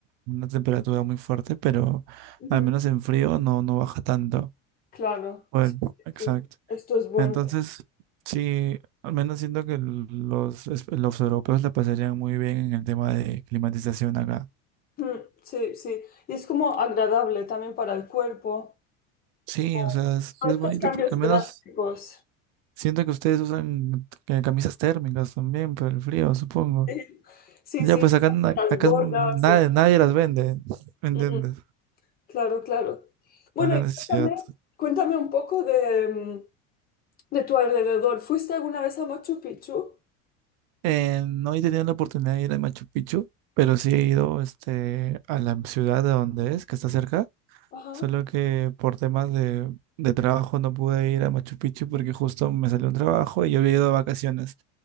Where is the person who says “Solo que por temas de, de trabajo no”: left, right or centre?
Right